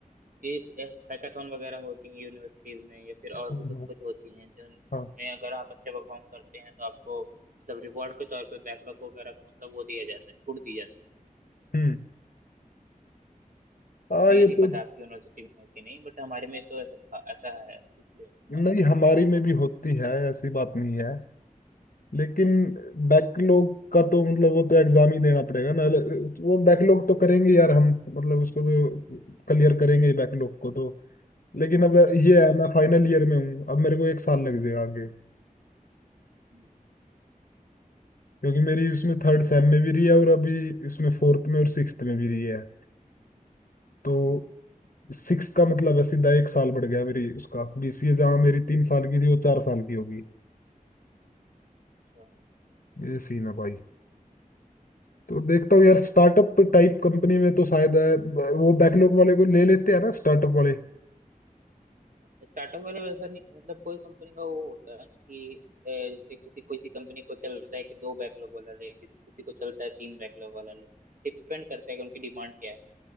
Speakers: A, on the right; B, on the left.
A: कि हैकाथॉन वगैरह होती है यूनिवर्सिटीज में या फिर और
B: हम्म,
A: भी कुछ कुछ होती हैं जो जिनमें
B: हाँ
A: अगर आप अच्छे परफॉर्म करते हैं तो आपको मतलब रिवॉर्ड के तौर पे बैकलॉग वगैरह का मतलब वो दिया जाता है छूट दी जाती है
B: हम्म हाँ
A: अब ये
B: ये
A: नहीं
B: तो
A: पता आपकी यूनिवर्सिटी में है कि नहीं बट हमारे में तो ऐसा था- ऐसा है इसलिए मैं बता-
B: नहीं हमारी में भी होती है ऐसी बात नहीं है लेकिन
A: हम्म
B: बैकलॉग का तो मतलब वो तो एग्जाम ही देना पड़ेगा ना वो बैकलॉग तो करेंगे यार हम मतलब उसको तो क्लियर करेंगे ही बैकलॉग को तो लेकिन अब ये
A: हम्म
B: है मैं फाइनल ईयर में हूँ अब मेरे को एक साल लग जाएगा आगे
A: हम्म,
B: क्योंकि मेरी उसमें थर्ड सेम में भी रही है और अभी इसमें फोर्थ में और सिक्स्थ में भी रही है तो
A: हम्म,
B: सिक्स का मतलब है सीधा एक साल बढ़ गया मेरी उसका बीसीए जहाँ मेरी तीन साल की थी वो चार साल की होगी
A: अच्छा
B: ये सीन है भाई तो देखता हूँ यार स्टार्टअप टाइप कंपनी में तो शायद अ, वो बैकलॉग वाले को ले लेते हैं ना स्टार्टअप वाले
A: स्टार्टअप वाले में ऐसा नहीं मतलब कोई कंपनी का वो होता है ना कि अ, जैसे किसी किसी कंपनी को चलता है कि दो बैकलॉग वाला ले किसी किसी को चलता है तीन बैकलॉग वाला ले डिपेंड करता है कि उनकी डिमांड क्या है